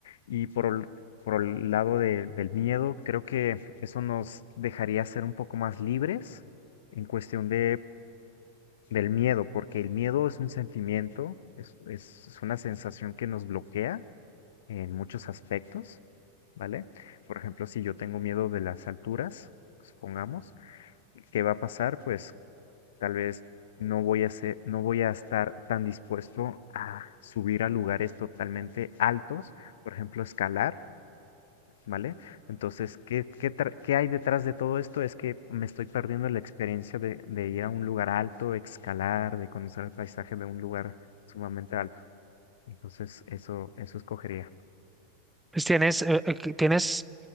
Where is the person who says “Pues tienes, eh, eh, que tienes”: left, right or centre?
Centre